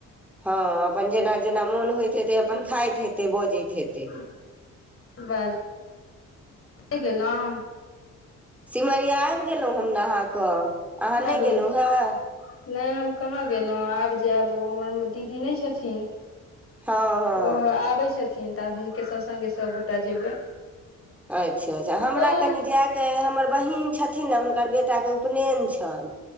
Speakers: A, in the centre; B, on the left.
A: हँ अपन जेना जेना मोन होइत हेते अपन खाइत हेतै बजैत हेते
B: <unintelligible> गेलहु
A: सिमरिया आबि गेलहुँ हम नहा कऽ अहाँ नहि
B: आइब गेल
A: गेलहुँ
B: नहि
A: हेँ
B: हम कहाँ गेलहुँ आब जायब ओ हमर दीदी नहि छथिन
A: हँ हँ
B: ओहो आबै छथिन तऽ हुनके सभ संगे सभगोटा जेबै
A: अच्छा अच्छा हमरा
B: कहल
A: कनि जा कऽ हमर बहीन छथिन ने हुनकर बेटाके उपनयन छनि